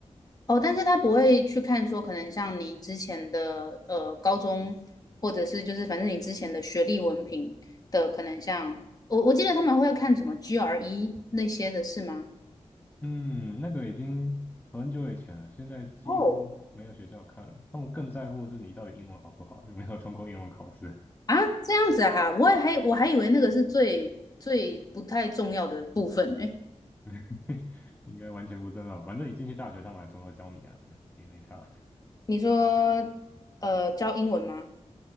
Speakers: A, on the left; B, on the left.
A: 哦，但是他不会去看说，可能像你之前的呃高中，或者是就是反正你之前的学历文凭的，可能像我我记得他们会看什么 GRE 那些的是吗？
B: 嗯，那个已经很久以前了，现在几乎没有学校看了，
A: 哦，
B: 他们更在乎的是你到底英文好不好，有没有通过英文考试，
A: 啊，这样子啊，我也还我还以为那个是最最不太重要的部分呢。
B: <laughs> 应该完全不重要。反正你进去大学，他们还从头教你啊，对也没差，
A: 你说呃教英文吗？